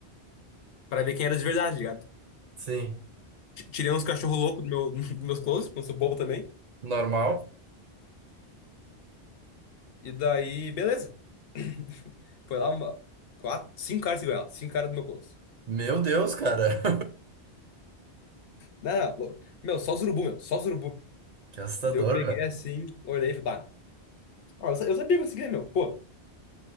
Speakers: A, on the left; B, on the right.
A: Pra ver quem era de verdade, tá ligado?
B: Sim.
A: Ti- Tirei uns cachorro louco do meu, <laughs> dos meus clothes, porque eu sou bobo também.
B: Normal.
A: E daí, beleza. <clears throat> Foi lá uma, quatro, cinco caras igual ela, cinco caras do meu close.
B: Meu Deus, cara. <laughs>
A: Não, lo- meu, só os urubu, meu, só os urubu.
B: Que assustador,
A: Daí eu peguei
B: velho.
A: assim, olhei e falei, bah, ó, eu sa- eu sabia que eu conseguia, meu, pô, o